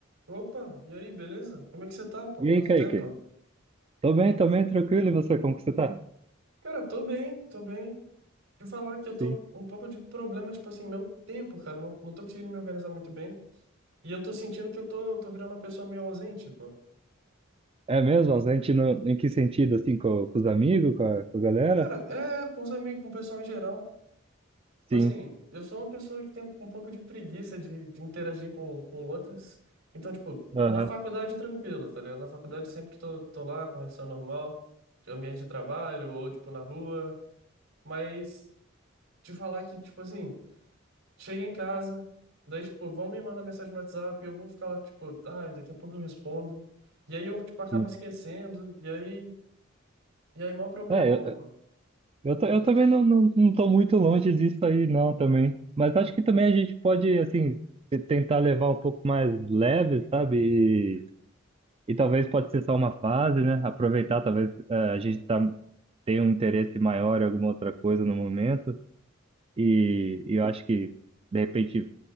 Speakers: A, on the right; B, on the right.
A: Opa, e aí, beleza? Como é que você tá, pô?
B: E
A: Quanto
B: aí, Kaique?
A: tempo?
B: Tô bem, tô bem, tranquilo. E você, como que você tá?
A: Cara, tô bem, tô bem. Te falar que eu tô
B: Sim.
A: um pouco de problema, tipo assim, meu tempo, cara, eu não, não tô conseguindo me organizar muito bem. E eu tô sentindo que eu tô, tô virando uma pessoa meio ausente, pô.
B: É mesmo? A gente não, em que sentido, assim, com, com os amigos, com a, com a galera?
A: Cara, é, com os amigos, com o pessoal em geral. Tipo
B: Sim.
A: assim, eu sou uma pessoa que tem um pouco de preguiça de, de interagir com, com outras. Então, tipo,
B: Aham.
A: na faculdade tranquilo, tá ligado? Na faculdade sempre tô, tô lá conversando normal, de ambiente de trabalho, ou tipo na rua. Mas te falar que, tipo assim. Cheguei em casa, daí, tipo, vão me mandar mensagem no WhatsApp, eu vou ficar lá, tipo, ai, daqui a pouco eu respondo. E aí eu, tipo, acabo
B: Sim.
A: esquecendo, e aí, e aí, maior problemão,
B: É, eu,
A: pô.
B: eu, tô- eu também não, não, não tô muito longe disso aí, não, também. Mas acho que também a gente pode, assim, te- tentar levar um pouco mais leve, sabe? E, e talvez pode ser só uma fase, né? Aproveitar,
A: Uhum.
B: talvez eh, a gente tá, tenha um interesse maior em alguma outra coisa no momento. E, e eu acho que, de repente.